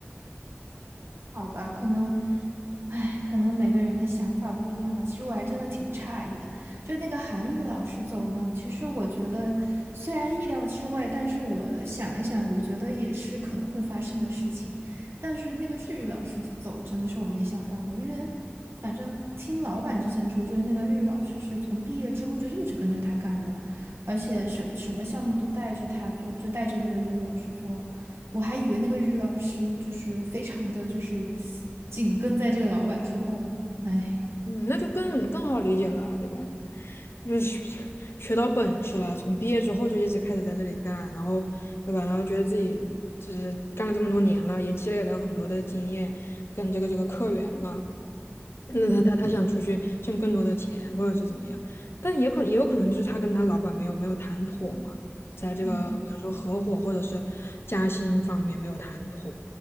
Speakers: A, on the right; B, on the left.
A: 好吧，可能，哎，可能每个人的想法不一样吧。其实我还真的挺诧异的，就那个韩语老师走呢，其实我觉得虽然意料之外，但是我想一想，我觉得也是可能会发生的事情。但是那个日语老师走真的是我没想到的，因为反正听老板之前说，就是那个日语老师是从毕业之后就一直跟着他干的，而且什什么项目都带着他做，就带着那个日语老师做。我还以为那个日语老师就是非常的就是紧跟在这个老板之后呢，哎，
B: 嗯，那就更更好理解了啊，对吧？你看，就是学学到本事了，从毕业之后就一直开始在这里干，然后对吧？然后觉得自己就是干了这么多年了，也积累了很多的经验跟这个这个客源了，
A: 嗯
B: 那他他他想出去挣更多的钱，或者是怎么样，但也可能也有可能就是他跟他老板没有没有谈妥嘛，在这个比如说合伙或者是加薪方面没有谈妥，
A: 嗯，